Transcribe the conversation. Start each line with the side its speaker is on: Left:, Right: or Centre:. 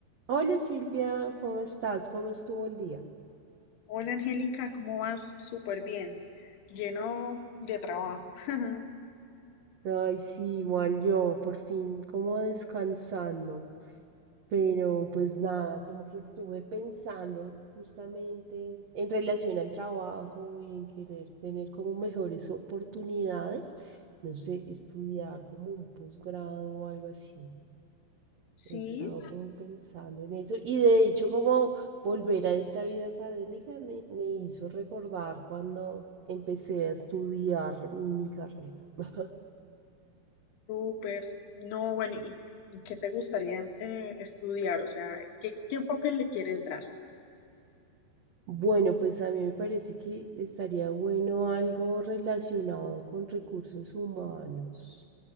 Right: Hola Silvia, ¿cómo estás? ¿Cómo estuvo el día?
Left: Hola Angélica, ¿cómo vas? Súper bien, lleno de trabajo. <laughs>
Right: Ay, sí, igual yo, por fin como descansando, pero pues nada, como que estuve pensando justamente en relación al trabajo y en querer tener como mejores oportunidades, no sé, estudiar como un posgrado o algo así.
Left: Sí,
Right: He estado como pensando en eso y de hecho como volver a esta vida académica me, me hizo recordar cuando empecé a estudiar mi carrera. <laughs>
Left: súper. No, bueno, ¿y y qué te gustaría eh, estudiar? O sea, ¿qué, qué enfoque le quieres dar?
Right: Bueno, pues a mí me parece que estaría bueno algo relacionado con recursos humanos.